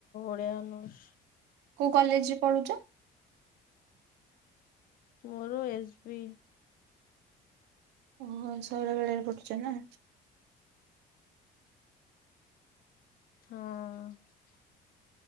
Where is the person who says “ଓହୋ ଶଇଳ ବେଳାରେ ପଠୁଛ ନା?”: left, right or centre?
Right